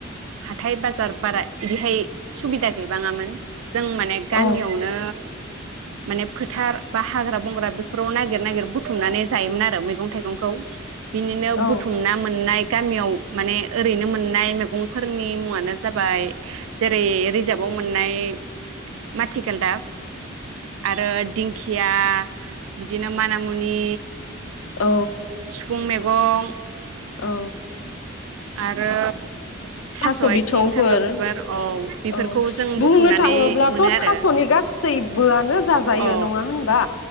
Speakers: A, on the right; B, on the left.
A: हाथाय बाजार बारा बिदिहाय सुबिदा गैबाङामोन जों माने गामियावनो
B: औ
A: माने फोथार बा हाग्रा बंग्रा बेफोर आव नागिर-नागिर बुथुमनानै जायोमोन आरो मैगं थाइगंखौ बिदिनो
B: औ
A: बु मोननाय गामियाव माने ओरैनो मोननाय मैगंफोरनि मुङानो जाबाय जेरै रिजारभाव मोननाय माथिगालदाब आरो दिंकख या बिदिनो मानामुनि
B: औ
A: सिफुं मेगं
B: औ
A: आरो
B: थास'
A: आथिं
B: बिथंफोर
A: थास' बिबार औ बेफोरखौ
B: औ
A: जों
B: बुंनो
A: बुथुमनानै
B: थाङोब्लाथ'
A: मोनो आरो
B: थास'नि गासैबोआनो जाजायो
A: औ
B: नङा होनबा